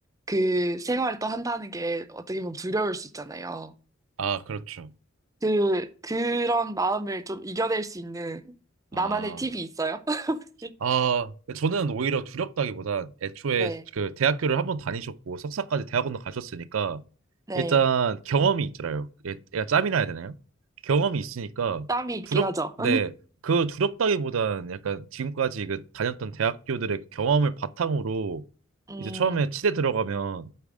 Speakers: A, on the right; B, on the right.
A: 그 생활을 또 한다는 게 어떻게 보면 두려울 수 있잖아요.
B: 아, 그렇죠.
A: 그, 그런 마음을 좀 이겨낼 수 있는 나만의
B: 아.
A: 팁이 있어요? <laughs>
B: 아, 그 저는 오히려 두렵다기보단 애초에
A: 네,
B: 그 대학교를 한번 다니셨고 석사까지 대학원도 가셨으니까
A: 네.
B: 일단 경험이 있잖아요. 얘, 얘가 짬이나 해야 되나요? 경험이 있으니까
A: 땀이 있긴
B: 두렵,
A: 하죠.
B: 네,
A: <laughs>
B: 그 두렵다기보단 약간 지금까지 그 다녔던 대학교들의 경험을 바탕으로
A: 음,
B: 이제 처음에 치대 들어가면